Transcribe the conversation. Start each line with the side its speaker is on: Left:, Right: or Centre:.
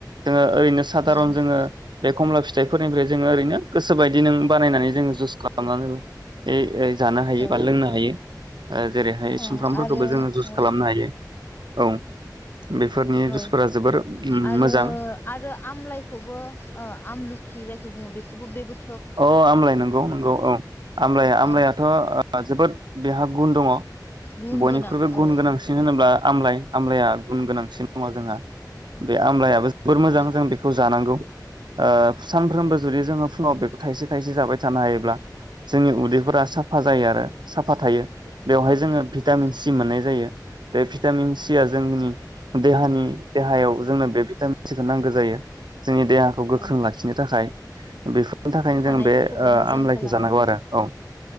Right: जोङो। ओरैनो साधारन
Left: औ
Right: जोङो। खमला फिथाइफोरनिफ्राय जोङो ओरैनो गोसोबायदि नो बानायनानै जोङो जुस खालामनानै ओइ ओइ। जानो हायो
Left: औ
Right: बा लोंनो हायो। ओ जेरैहाय
Left: ओ
Right: सुमफ्रामफोरखौबो
Left: आरो
Right: जोङो जुइस
Left: ओ
Right: खालामनो हायो औ। बेफोरनि जुइसफोरा
Left: औ
Right: जोबोर उम
Left: आरो
Right: मोजां
Left: आरो आमलाइखौबो। ओ आमलुखि जायखौ बुङो बेखौबो बेबो
Right: औ आमलाय नंगौ नंगौ औ आमलाया आमलायाथ'
Left: औ
Right: ओ जोबोद बेहा गुन दङ।
Left: गुन
Right: बयनिख्रुइबो
Left: गोनां
Right: गुन
Left: औ
Right: गोनांसिन होनोब्ला। आमलाय आमलाया गुन गोनांसिन। दङ जोंहा
Left: औ
Right: बे आमलायाबो जोबोर
Left: औ
Right: मोजां जों बेखौ जानांगौ। ओ सानफ्रोमबो जुदि जोङो फुङाव बे थाइसे थाइसे जाबाय थानो हायोब्ला जोंनि उदैफोरा साफा जायो आरो साफा थायो। बेवहाय
Left: औ
Right: जोङो भिटामिन
Left: औ
Right: सि मोननाय जायो। बे भि टामिन सि आ जोंनि। देहानि देहायाव जोंनो बे भिटामिन सिखौ नांगौ जायो। जोंनि देहाखौ गोख्रों
Left: औ
Right: लाखिनो थाखाय। बे
Left: औ
Right: थाखायनो
Left: खानायफोरखौबो
Right: जों बे ओ
Left: मोजां
Right: आमलाइखौ
Left: खालामो
Right: जानांगौ आरो औ।